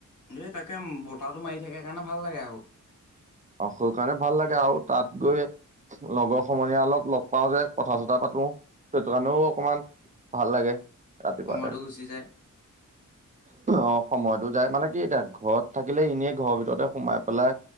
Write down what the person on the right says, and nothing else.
অ স কাৰণে ভাল লাগে আৰু তাত গৈ লগৰ সমনীয়া অলপ লগ পাও যে কথা চথা পাতো সেইটো কাৰণেও অকমান ভাল লাগে ৰাতিপুৱাতে
অ সময়টোোত যায় মানে কি এতিয়া ঘৰত থাকিলে এনেই ঘৰৰ ভিতৰতে সোমাই পেলাই